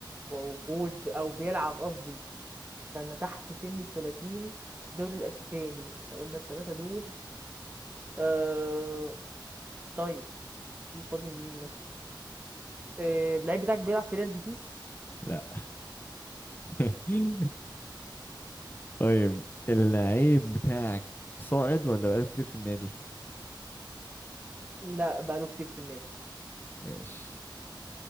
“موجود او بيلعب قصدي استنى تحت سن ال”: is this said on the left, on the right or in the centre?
Right